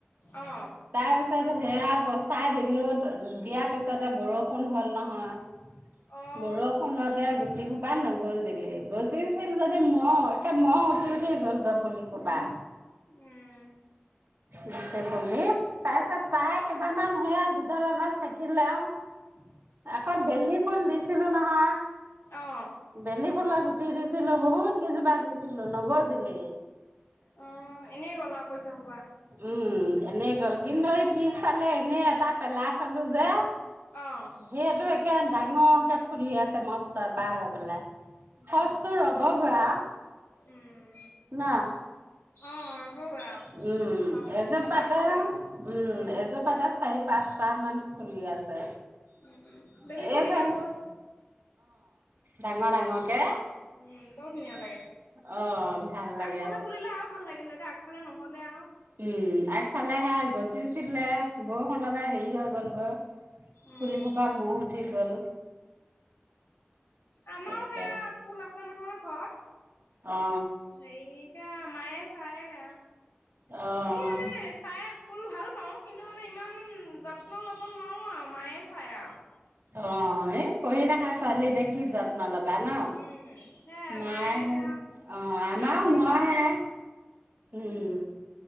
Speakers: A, on the left (about 80°); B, on the right (about 60°).
A: অ অ
B: তাই আছে হে আপছ চাই দিলোঁ দিয়াৰ পিছতে বৰষুণ হ'ল নহয়।
A: অ
B: বৰষুণতে গুটি পা ন গজিলে গজিছিল যেনদি মঁহ এটা মঁহ উঠি উঠি গ'ল গপুলি কোবা।
A: উম।
B: নে পৰলি তাৰপিছত প্ৰায় কেইটামান সেয়া দুডাল এডাল থাকিলে আৰু আকৌ বেলি ফুল দিছিলো ন' হা
A: অ
B: বেলিবলা গোট দিছিলো বহুত কেই জোপা দিছিলো নগজিলে।
A: অ এনেই গ'ল আৰু পইচা সোপা
B: উম, এনেই গ'ল কিন্তু এই পিছফালে এনেই এটা পেলাই থ'লো যে।
A: অ
B: সেইটো এক একে ডাঙৰকে ফুলি আছে মষ্ট পাহাৰ বেলাই
A: উম
B: সচটো ৰ'ব গোৱা
A: উম
B: ন
A: অ ৰ'বগৈ আৰু
B: উম,
A: এপাহ
B: এযোৰ
A: এপাহ
B: পাতা
A: থাকিলে
B: উম,
A: উম
B: এযোৰ পাতা চাৰি পাঁচটাহ মান খুলি আছে।
A: উম, বেলি ফুল
B: এফাই
A: দেখিব
B: অ'।
A: বৰ
B: ডাঙৰ, ডাঙৰকে
A: উম, বৰ ধুনীয়া লাগে।
B: অ ভাল লাগে
A: আগফালে ফুলিলে আৰু ভাল লাগিলে হৈ। সেইফালে নহ'লে আৰু
B: উম, আগফালে সে গজিছিলে বৰষুণত হেৰি হৈ গ'ল গৈ।
A: উম,
B: পুলিসোপা ম উঠি গ'ল <inaudible>
A: আমাৰো
B: তাকে
A: সেয়া ফুল আছে নহয় ঘৰত।
B: অ
A: হেৰি সেয়া মায়ে চাই সেয়া।
B: অ
A: আমি মানে চাই ফুল ভাল পাওঁ। কিন্তু মানে ইমান যত্ন ল'ব নোৱাৰো আৰু, মায়ে <unintelligible>
B: অ', এই পঢ়ি থকা ছোৱালী যে, কি যত্ন ল বা ন?
A: উম, সেয়াই
B: মায়ে হে,
A: সেয়া
B: অ আমাৰ
A: নাৰ্চাৰীৰ
B: মই
A: পৰা আনে
B: হে। উম।